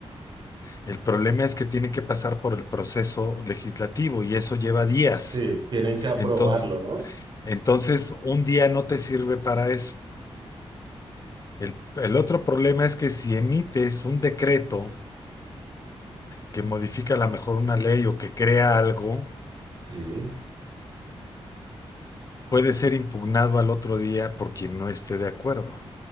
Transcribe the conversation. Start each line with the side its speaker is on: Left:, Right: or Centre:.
Left: el problema es que tiene que pasar por el proceso legislativo y eso lleva días.
Right: sí, tienen que aprobarlo,
Left: Entonces,
Right: ¿no?
Left: entonces un día no te sirve para eso. El, el otro problema es que si emites un decreto que modifica a lo mejor una ley o que crea algo,
Right: Sí,
Left: puede ser impugnado al otro día por quien no esté de acuerdo